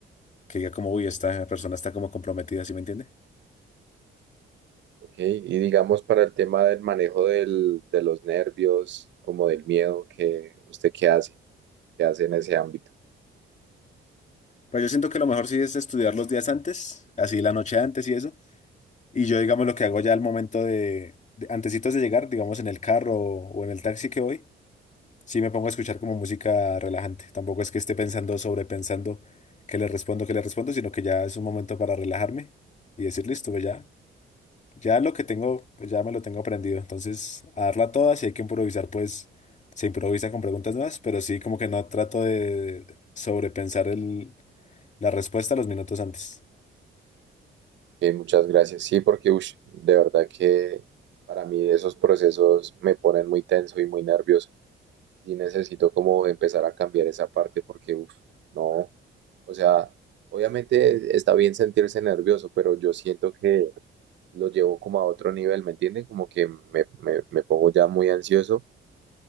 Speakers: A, on the left; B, on the right.
A: que diga como, uy, esta persona está como comprometida, ¿sí me entiende?
B: Ok, y digamos para el tema del manejo del, de los nervios, como del miedo, que usted qué hace, qué hace en ese ámbito.
A: Pues yo siento que lo mejor sí es estudiar los días antes, así la noche antes y eso. Y yo digamos lo que hago ya al momento de, de antesitos de llegar, digamos en el carro o, o en el taxi que voy. Sí, me pongo a escuchar como música relajante. Tampoco es que esté pensando, sobrepensando que le respondo, que le respondo, sino que ya es un momento para relajarme y decir, listo, pues ya, ya lo que tengo, pues ya me lo tengo aprendido. Entonces, a darla toda, si hay que improvisar, pues se improvisa con preguntas nuevas, pero sí como que no trato de sobrepensar el, la respuesta los minutos antes.
B: Ok, muchas gracias. Sí, porque ush, de verdad que para mí esos procesos me ponen muy tenso y muy nervioso. Y necesito como empezar a cambiar esa parte porque, uff, no, o sea, obviamente está bien sentirse nervioso, pero yo siento que lo llevo como a otro nivel, ¿me entienden? Como que me, me me pongo ya muy ansioso